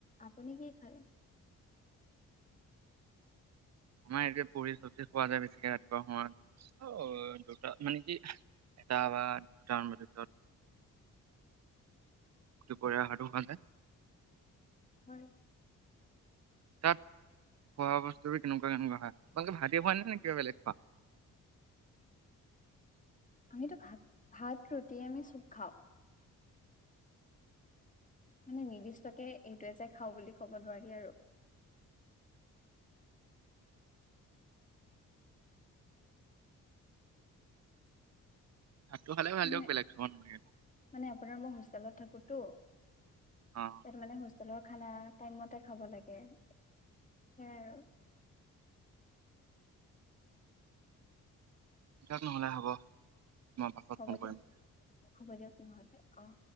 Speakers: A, on the left; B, on the right.
A: আপুনি কি খালে
B: আমাৰ এতিয়া পুৰি-চবজি খোৱা যায় বেছিকে ৰাতিপুৱা সময়ত। ত' দুটা মানে কি এটা বা দুটা মান বজাৰ পিছত দুপৰীয়া আহাৰ টো খালে
A: হয়।
B: তাত খোৱা বস্তু কেনেকুৱা কেনেকুৱা হয় আপোনালোকে ভাতে খোৱা নে নে কিবা বেলেগ খোৱা
A: আমিতো ভাত -ভাত, ৰুটি আমি চব খাওঁ। মানে নিৰ্দিষ্টকে এইটোৱে যে খাওঁ বুলি ক'ব নোৱাৰি আৰু।
B: ভাতটো খালে ভাল
A: মানে
B: দিয়ক বেলেগ খাব নালাগে।
A: মানে আপোনাৰ মই হোষ্টেলত থাকোতো ইয়াত
B: অ',
A: মানে হোষ্টেলৰ খানা টাইম মতে খাব লাগে। সেইয়াই আৰু।
B: দিয়ক নহ'লে হ'ব। মই পাছত
A: হ'ব
B: ফোন
A: দিয়ক
B: কৰিম।
A: হ'ব দিয়ক নহ'লে। অ'হ।